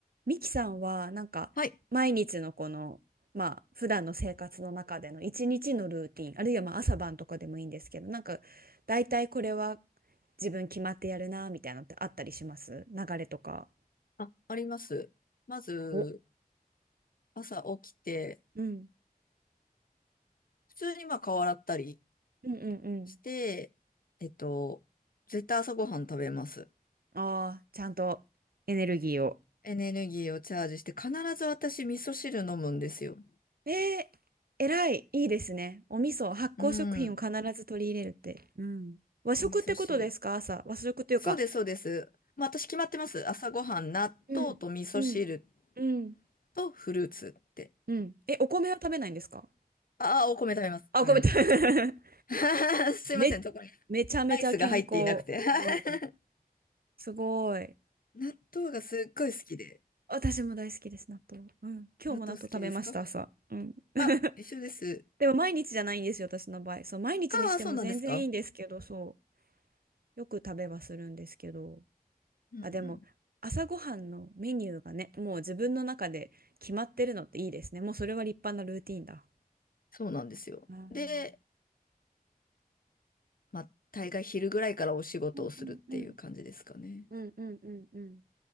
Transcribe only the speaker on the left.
はい。
あ、あります。まず、
朝起きて、
普通にまあ顔洗ったり
して、えっと、絶対朝ごはん食べます。
エネルギーをチャージして、必ず私味噌汁飲むんですよ。
うん。
お味噌汁。そうです、そうです。まあ私決まってます。朝ごはん、納豆と味噌汁
とフルーツって。
ああ、お米食べます。
食べます。
<laughs> すいません、
そこに
ライスが入っていなくて。<laughs>
納豆がすっごい好きで。
納豆好きですか
あ、一緒です。
ああ、そうなんですか。
うんうん。
そうなんですよ。
で、まあ、大概昼ぐらいからお仕事をするっていう感じですかね。